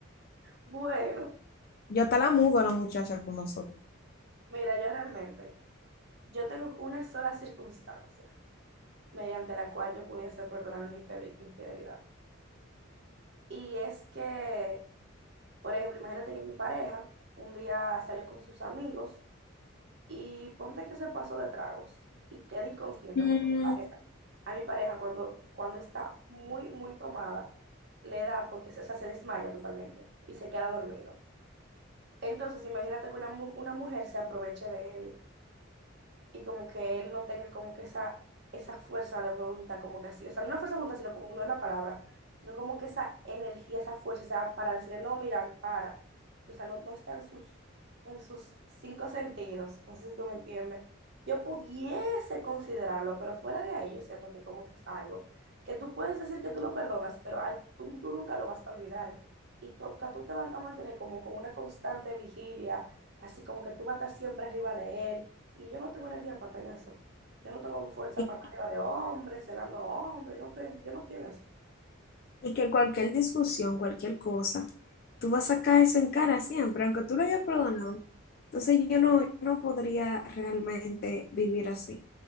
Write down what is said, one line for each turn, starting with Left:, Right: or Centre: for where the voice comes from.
Right: Bueno,
Left: yo hasta la mudo a la muchacha con nosotros.
Right: mira, yo realmente... yo tengo una sola circunstancia mediante la cual yo pudiese perdonar una infidel- infidelidad. Y es que, por ejemplo, imagínate que mi pareja un día salió con sus amigos y ponte que se pasó de tragos y queda inconsciente
Left: Mm,
Right: porque mi pareja, a mi pareja cuando, cuando está muy, muy tomada, le da porque se, o sea, se desmaya totalmente y se queda dormido. Entonces, imagínate que una, mu- una mujer se aproveche de él y como que él no tenga como que esa, esa fuerza de voluntad, como que así, o sea, no una fuerza de voluntad, sino como no es la palabra, sino como que esa energía, esa fuerza, o sea, para decirle, no, mira, para, o sea, no, no está en sus, en sus cinco sentidos, no sé si tú me entiendes. Yo pudiese considerarlo, pero fuera de ahí yo siento que como que es algo que tú puedes decir que tú lo perdonas, pero al- tú, tú nunca lo vas a olvidar. eh. Y tú, tú te vas a mantener como con una constante vigilia, así como que tú vas a estar siempre arriba de él y yo no tengo energía para estar en eso. Yo no tengo fuerza
Left: y,
Right: para estar arriba de hombres, celando hombres. Yo no estoy, yo no estoy en eso.
Left: y que cualquier discusión, cualquier cosa, tú vas a sacar eso en cara siempre, aunque tú lo hayas perdonado. Entonces yo no, yo no podría realmente vivir así.